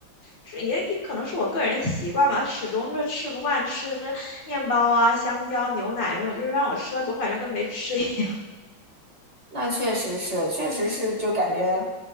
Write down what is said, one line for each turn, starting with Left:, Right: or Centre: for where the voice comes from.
Left: 是也也可能是我个人习惯吧，始终就是吃不惯吃面包啊、香蕉、牛奶这种，就是让我吃了总感觉跟没吃一样。
Right: 那确实是，确实是，就感觉